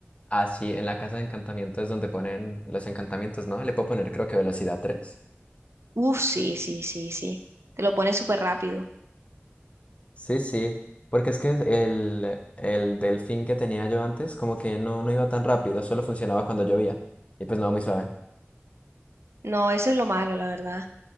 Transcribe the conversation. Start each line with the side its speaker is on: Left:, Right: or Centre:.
Left: Ah, sí, en la casa de encantamiento es donde ponen los encantamientos, ¿no? Le puedo poner creo que velocidad 3.
Right: Uf, sí, sí, sí, sí. Te lo pone súper rápido.
Left: Sí, sí, porque es que el, el delfín que tenía yo antes como que no, no iba tan rápido, solo funcionaba cuando llovía. Y pues no, muy suave.
Right: No, eso es lo malo, la verdad.